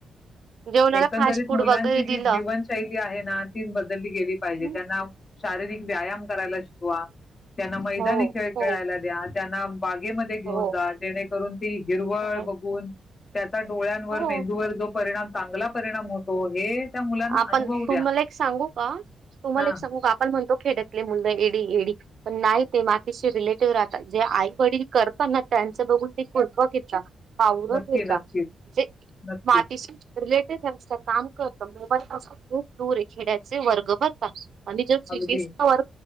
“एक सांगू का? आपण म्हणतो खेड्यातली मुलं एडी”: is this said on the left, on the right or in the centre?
Right